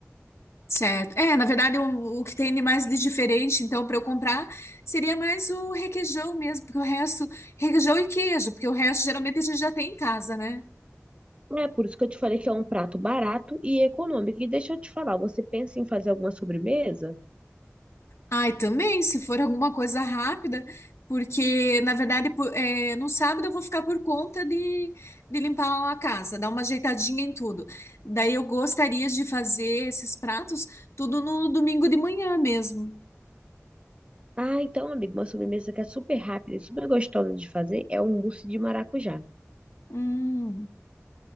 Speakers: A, on the left; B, on the right.
A: Certo. É, na verdade, o, o que tem de mais de diferente, então, para eu comprar, seria mais o requeijão mesmo, porque o resto, requeijão e queijo, porque o resto geralmente a gente já tem em casa, né?
B: É por isso que eu te falei que é um prato barato e econômico. E deixa eu te falar, você pensa em fazer alguma sobremesa?
A: Ai, também, se for alguma coisa rápida, porque, na verdade, po- é, no sábado eu vou ficar por conta de, de limpar a casa, dar uma ajeitadinha em tudo. Daí eu gostaria de fazer esses pratos tudo no domingo de manhã mesmo.
B: Ah, então, amigo, uma sobremesa que é super rápida e super gostosa de fazer é um mousse de maracujá.
A: Hum,